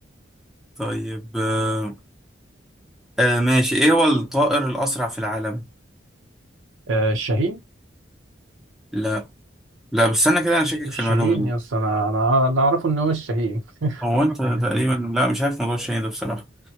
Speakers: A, in the centre; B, on the right.
A: طيب أه آه، ماشي إيه هو الطائر الأسرع في العالم؟
B: آه، الشاهين
A: لا لا بس أنا كده أنا شاكك
B: الشاهين
A: في المعلومة
B: يا
A: دي
B: اسطى أنا أنا أنا أعرفه إن هو الشاهين
A: هو أنت تقريبا
B: <laughs>
A: لا مش عارف موضوع الشاي ده بصراحة